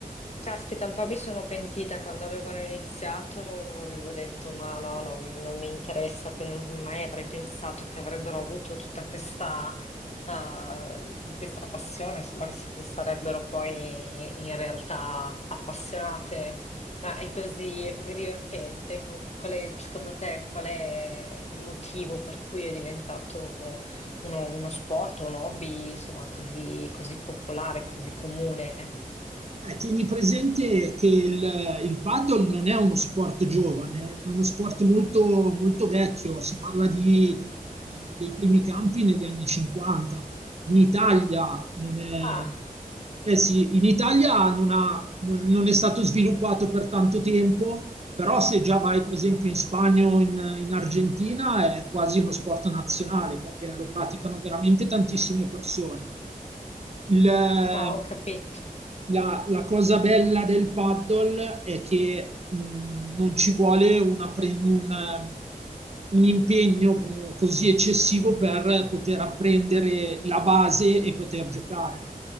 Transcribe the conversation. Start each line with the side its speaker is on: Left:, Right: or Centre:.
Left: Caspita, un po' mi sono pentita quando avevano iniziato, avevo detto ma no, no, non mi interessa, pe- non mai avrei pensato che avrebbero avuto tutta questa, eh, questa passione, insomma, che si sarebbero poi in realtà appassionate. Ma è così, è così divertente. Com- Qual è, secondo te, qual è il motivo per cui è diventato uno, uno sport, un hobby, insomma, così, così popolare, così comune.
Right: Eh, tieni presente che il, il paddle non è uno sport giovane, è uno sport molto, molto vecchio, si parla di, eh, dei primi campi negli anni 50. In Italia non è,
Left: Ah,
Right: eh sì, in Italia non ha- non- non è stato sviluppato per tanto tempo, però se già vai per esempio in Spagna o in, in Argentina è quasi uno sport nazionale perché lo praticano veramente tantissime persone. Il- eh,
Left: ah, ho capito.
Right: la, la cosa bella del paddle è che mh, non ci vuole una pre- un, eh, un impegno così eccessivo per poter apprendere la base e poter giocare.